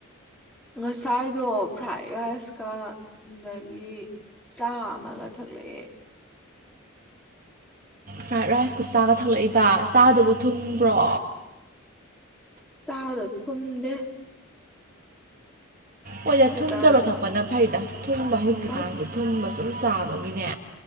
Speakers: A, in the centre; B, on the right.
A: ꯉꯁꯥꯏꯗꯣ ꯐ꯭ꯔꯥꯏꯠ ꯔꯥꯏꯁꯀ ꯗꯒꯤ ꯆꯥ ꯑꯃꯒ ꯊꯛꯂꯛꯑꯦ
B: ꯐ꯭ꯔꯥꯏꯠ ꯔꯥꯏꯁꯀ ꯆꯥꯒ ꯊꯂꯛꯏꯕ ꯆꯥꯗꯨꯕꯨ ꯊꯨꯝꯕ꯭ꯔꯣ
A: ꯆꯥꯗꫭ ꯊꯨꯝꯗꯦ
B: ꯍꫭꯏꯗ
A: ꯍꯧꯖꯤꯛꯀꯥꯟ
B: ꯊꯨꯝꯗꯕ ꯊꯛꯄꯅ ꯐꯩꯗ ꯊꯨꯝꯕ ꯍꯧꯖꯤꯛꯀꯥꯟꯁꯦ
A: ꯍꯧꯖꯤꯛ,
B: ꯊꯨꯝꯕ ꯁꯨꯝ ꯆꯥꯕꯒꯤꯅꯦ